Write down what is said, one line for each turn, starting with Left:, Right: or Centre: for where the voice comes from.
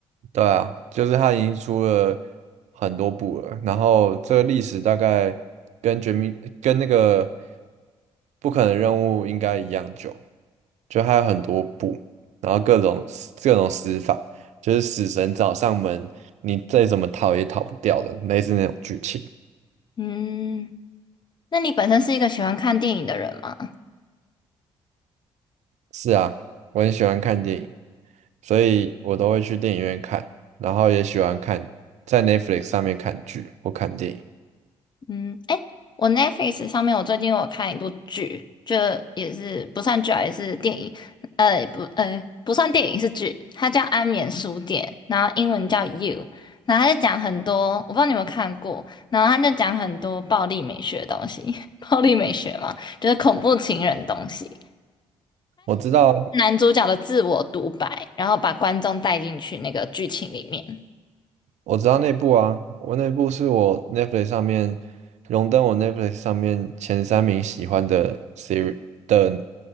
Right: 对啊，就是它已经出了很多部了，然后这个历史大概跟绝命跟那个不可能任务应该一样久，就还有很多部，然后各种死各种死法，就是死神找上门，你再怎么逃也逃不掉的，类似那种剧情。
Left: 嗯，那你本身是一个喜欢看电影的人吗？
Right: 是啊，我很喜欢看电影，所以我都会去电影院看，然后也喜欢看在 Netflix 上面看剧或看电影。
Left: 嗯，哎，我 Netflix 上面我最近有看一部剧，就也是不算剧啊，也是电影，呃，不，呃，不算电影是剧，它叫《安眠书店》，然后英文叫《You》，然后它就讲很多，我不知道你有没有看过，然后它就讲很多暴力美学的东西，<laughs> 暴力美学嘛，就是恐怖情人的东西，
Right: 我知道。
Left: 男主角的自我独白，然后把观众带进去那个剧情里面。
Right: 我知道那部啊，我那部是我 Netflix 上面荣登我 Netflix 上面前三名喜欢的 series 的